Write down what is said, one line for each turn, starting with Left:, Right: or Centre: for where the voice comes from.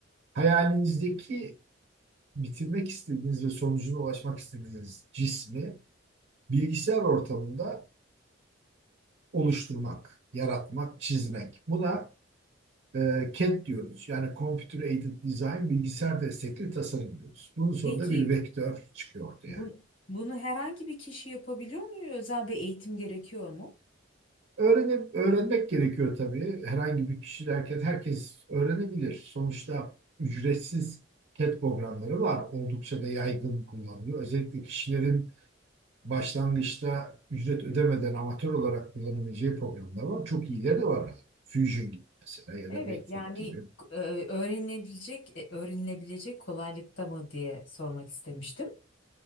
Right: Hayalinizdeki bitirmek istediğiniz ve sonucuna ulaşmak istediğiniz cismi bilgisayar ortamında oluşturmak, yaratmak, çizmek. Buna e, CAD diyoruz. Yani Computer Aided Design, bilgisayar destekli tasarım diyoruz. Bunun sonunda
Left: Peki
Right: bir vektör çıkıyor ortaya.
Left: bu, bunu herhangi bir kişi yapabiliyor mu? Özel bir eğitim gerekiyor mu?
Right: Öğrene, öğrenmek gerekiyor tabii. Herhangi bir kişi derken herkes öğrenebilir. Sonuçta ücretsiz CAD programları var. Oldukça da yaygın kullanılıyor. Özellikle kişilerin başlangıçta ücret ödemeden amatör olarak kullanabileceği programlar var. Çok iyileri de var. Fusion gibi mesela ya
Left: Evet
Right: da Vectric
Left: yani
Right: gibi.
Left: e, öğrenilebilecek e, öğrenilebilecek kolaylıkta mı diye sormak istemiştim.